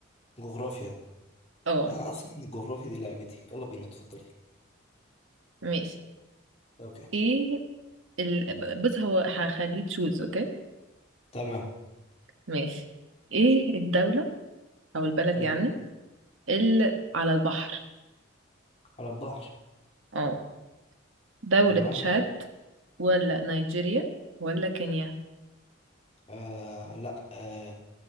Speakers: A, on the left; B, on the right.
A: جغرافيا
B: اه
A: انا اصلا الجغرافيا دي لعبتي يلا بينا اتفضلي
B: ماشي
A: اوكي
B: ايه ال... بص هو هخليه تشوز اوكي
A: تمام
B: ماشي ايه الدولة او البلد
A: ايوه
B: يعني اللي على البحر
A: على البحر
B: اه دولة
A: تمام
B: تشاد ولا نيجيريا ولا كينيا
A: آه لا آه